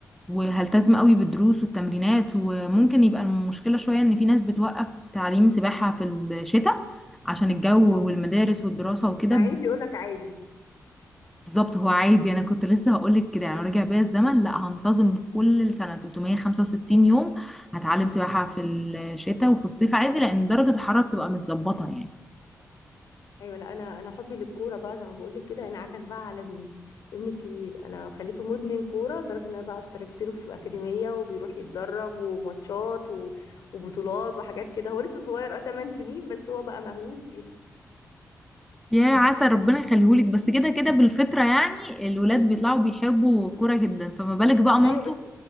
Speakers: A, in the centre; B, on the left.
A: وهلتزم قوي بالدروس والتمرينات وممكن يبقى المشكله شويه ان في ناس بتوقف تعليم سباحه في الشتاء عشان الجو
B: اه
A: والمدارس والدراسه وكده
B: مع ان بيقول لك عادي
A: بالظبط هو عادي انا كنت لسه هقولك كده يعني
B: اه
A: لو رجع بيا الزمن لا هنتظم كل سنه 365 يوم هتعلم سباحه في الشتاء وفي الصيف عادي لان درجه الحراره بتبقى متظبطه يعني
B: ايوه لا انا انا حبي للكوره بقى زي ما بقول لك كده انعكس بقى على ابني ابني الكبير انا خليته مدمن كوره لدرجه ان انا بقى اشتركت له في اكاديميه وبيروح يتدرب وماتشات و... وبطولات وحاجات كده هو لسه صغير اه 8 سنين بس هو بقى مهووس بيها
A: يا عسى ربنا يخليهولك بس كده كده بالفطره يعني الولاد بيطلعوا بيحبوا كوره جدا فما بالك بقى مامته
B: ايوه بس